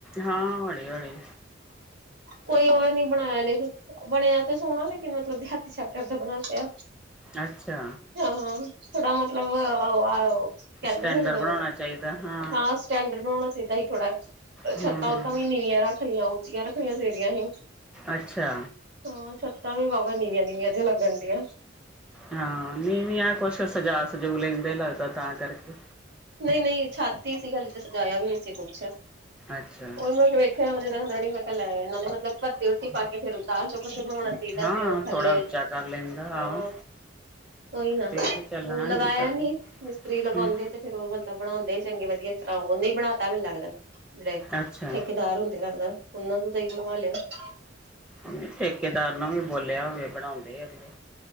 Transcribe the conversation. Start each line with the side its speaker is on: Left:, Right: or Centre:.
Centre: ਹਾਂ, ਹੌਲੀ ਹੌਲੀ।
Right: ਕੋਈ ਉਹ ਨੀ ਬਣਾਇਆ, ਲੇਕਿਨ ਬਣਿਆ ਤੇ ਸੋਹਣਾ ਲੇਕਿਨ ਮਤਲਬ ਦਿਹਾ ਚੈਪਟਰ ਦਾ ਬਣਾ ਤਾ।
Centre: ਅੱਛਾ
Right: ਹਾਂ ਥੋੜਾ ਮਤਲਬ ਅ ਕਹਿੰਦੇ
Centre: ਸਟੈਂਡਰ
Right: ਆ ਨਾ ਜ
Centre: ਬਣਾਉਣਾ ਚਾਹੀਦਾ ਹਾਂ।
Right: ਹਾਂ ਸਟੈਂਡਰਡ ਬਣਾਉਣਾ ਚਾਹੀਦਾ ਸੀ ਥੋੜਾ,
Centre: ਹੂੰ-ਹੂੰ,
Right: ਛੱਤਾਂ ੱਤਾਂ ਵੀ ਨੀਵੀਆਂ ਰੱਖ ਲਈਆਂ। ਛਤੀ ਰੱਖਣੀਆਂ ਚਾਹੀਦੀਆਂ ਸੀ,
Centre: ਅੱਛਾ
Right: ਹਾਂ ਛੱ ਤਾਂ ਵੀ ਵਾਵਾ ਨੀਵੀਆਂ ਨੀਵੀਆਂ ਜੀਆਂ ਲੱਗਣ ਡੀਆਂ।
Centre: ਹਾਂ ਨੀਵੀ ਆ ਕੁੱਛ ਸਜਾ ਸਜੂ ਲੈਂਦੇ ਲੱਗਦਾ ਤਾਂ ਕਰਕੇ
Right: ਨਹੀਂ-ਨਹੀਂ ਛੱਤ ਹੀ ਸੀ ਖਾ ਤੇ ਸਜਾਇਆ ਵੀ ਨਹੀ ਸੀ ਕੁਛ,
Centre: ਅੱਛਾ
Right: ਉਹ ਮੈਂ ਵੇਖਿਆ ਜਿੱਦਾਂ ਹੂੰਦਾ ਮੈਂ ਕਿਹਾ ਲੈ, ਇਹਨਾਂ ਨੇ ਮਤਲਬ ਘੱਰ ਦੀ <unintelligible> ਪਾ ਕੇ ਫੇਰ <unintelligible> ਜੋ ਕੁਛ ਤੇ ਹੋਣਾ ਚਾਹੀਦਾ,
Centre: ਹਾਂ
Right: ਤੇ ਉਹ ਥੱਲੇ,
Centre: ਥੋੜਾ ਉੱਚਾ ਕਰ ਲੈਂਦਾ
Right: ਹਾਂ
Centre: ਆਹੋ
Right: ਉਹੀ ਨਾ,
Centre: ਤੇ ਵੀ ਚੱਲਣਾ
Right: ਉਹ ਲਗਾਇਆ
Centre: ਏਦਾਂ
Right: ਨੀ,
Centre: ਤੇ
Right: ਮਿਸਤਰੀ ਲਗਾਉਂਦੇ
Centre: ਹੂੰ
Right: ਤੇ ਫੇਰ ਉਹ ਮਤਲਬ ਬਣਾਉਂਦੇ ਚੰਗੇ ਵਧੀਆ ਤਰ੍ਹਾਂ ਉਹ ਨਹੀਂ ਬਣਾ ਤਾਂ ਵੀ ਨੀ ਲੱਗਦਾ, ਜਿਹੜੇ
Centre: ਅੱਛਾ
Right: ਠੇਕੇਦਾਰ ਹੁੰਦੇ ਲੱਗਦਾ ਉਹਨਾਂ ਨੂੰ <unintelligible>
Centre: ਉਹ ਠੇਕੇਦਾਰ ਨੂੰ ਵੀ ਬੋਲਿਆ ਹੋਵੇ ਬਣਾਉਂਦੇ ਹੈਗੇ।